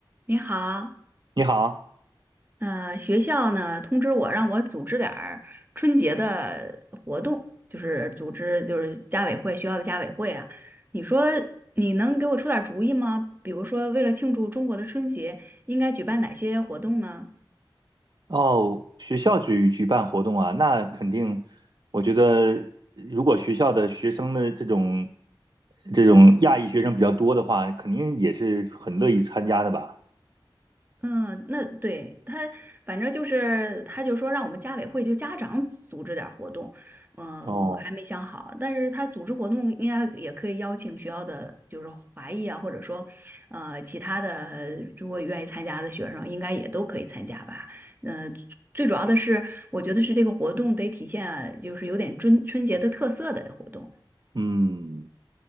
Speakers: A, on the right (about 25°); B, on the right (about 60°).
A: 你好，
B: 你好，
A: 呃，学校呢通知我让我组织点儿春节的活动，就是组织就是家委会学校的家委会啊。你说你能给我出点儿主意吗？比如说为了庆祝中国的春节，应该举办哪些活动呢？
B: 哦，学校举举办活动啊，那肯定，我觉得如果学校的学生的这种这种亚裔学生比较多的话，肯定也是很乐意参加的吧？
A: 嗯，那对他，反正就是，他就说让我们家委会就家长组织点儿活动，嗯，
B: 哦，
A: 我还没想好，但是他组织活动应该也可以邀请学校的就是华裔啊，或者说，呃，其他的如果愿意参加的学生，应该也都可以参加吧。嗯，最主要的是，我觉得是这个活动得体现就是有点春春节的特色的活动。
B: 嗯。